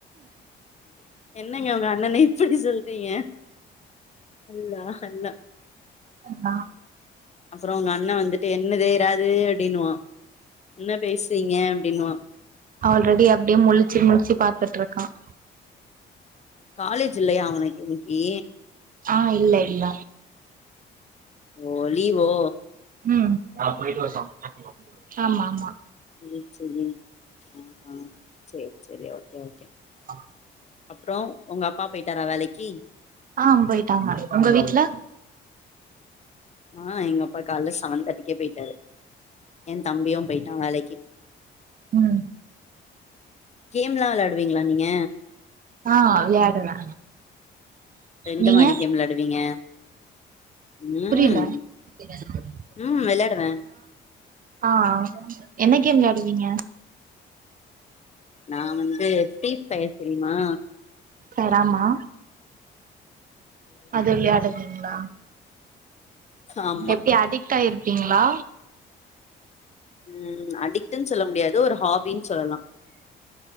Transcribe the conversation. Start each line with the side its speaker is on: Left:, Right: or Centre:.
Left: என்னங்க உங்க அண்ணன இப்டி சொல்றீங்க ஹல்லா ஹல்லா
Right: நா
Left: அப்றோ உங்க அண்ண வந்துட்டு என்ன தேராது அப்டின்னுவான் என்ன பேசறீங்க அப்டின்னுவான்
Right: ஆல்ரெடி அப்டியே முழிச்சு முழிச்சு பாத்துட்டு இருக்கான்
Left: காலேஜ் இல்லையா அவனுக்கு இன்னைக்கு
Right: ஆ இல்ல இல்ல
Left: ஓ லீவோ
Right: ம் நா போயிட்டு வா சமச்சு <inaudible> ஆமாமா
Left: சேரி சேரி ஆ சேரி சேரி ஓகே ஓகே
Right: அ
Left: அப்புறோ உங்க அப்பா போய்ட்டாரா வேலைக்கி
Right: ஆ போயிட்டாங்க உங்க வீட்டு்ல
Left: ஆ எங்க அப்பா கால்ல செவன் தேர்ட்டிக்கே போயிட்டாரு என் தம்பியு போயிட்டா வேலைக்கி
Right: ம்
Left: கேம்லா விளா டுவீங்களா நீங்க
Right: ஆ விளையாடுவே
Left: எந்த
Right: நீங்க
Left: மாரி கேம் வெளாடுவீங்க ம்
Right: புறியலா <unintelligible>
Left: ம் விளையாடுவே
Right: ஆ என்ன கேம் விளையாடுவீங்க
Left: நான் வந்து ஃப்ரீ ஃபயர் தெரிம்மா
Right: சரி ஆமா அது விளையாடுவீங்களா
Left: ஆமா
Right: எப்டி அடிட் ஆயிருப்வீங்களா
Left: ம் அடிக்ட்டுன் சொல்ல முடியாது ஒரு ஹாபின் சொல்லலா